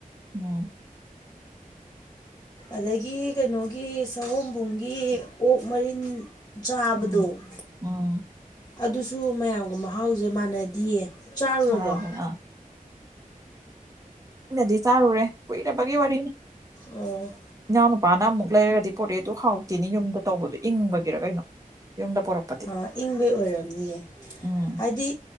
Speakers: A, on the right; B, on the left.
A: ꯑ <unintelligible> <inaudible>
B: ꯑꯗꯒꯤ ꯀꯩꯅꯣꯒꯤ ꯁꯒꯣꯕꯨꯡꯒꯤ ꯑꯣꯛ ꯃꯔꯤꯟ ꯆꯥꯕꯗꯣ
A: ꯎꯝ ꯑꯥ
B: ꯑꯗꯨꯁꯨ ꯃꯌꯥꯝꯒ ꯃꯍꯥꯎꯁꯦ ꯃꯥꯟꯅꯗꯤꯌꯦ ꯆꯥꯔꯨꯔꯕꯣ
A: ꯑꯗ ꯑꯥ ꯑꯩꯅꯗꯤ ꯆꯥꯔꯨꯔꯦ ꯀꯨꯏꯔꯕꯒꯤ ꯋꯥꯔꯤꯅꯤ
B: ꯑꯣ
A: ꯀꯅ ꯄꯥꯅ ꯃꯒꯂ ꯀꯗꯤ ꯄꯨꯣ ꯑꯗꯨ ꯍꯥꯎꯇꯦꯅꯤ ꯌꯨꯝꯗ ꯇꯧꯕꯗꯣ ꯏꯪꯕꯒꯤꯔ ꯀꯩꯅꯣ ꯌꯨꯝꯗ ꯄꯣꯔꯛꯄꯗꯤ
B: ꯑ ꯏꯪꯕꯩ ꯑꯣꯏꯔꯝꯅꯤꯌꯦ
A: ꯎꯝ
B: ꯍꯥꯏꯗꯤ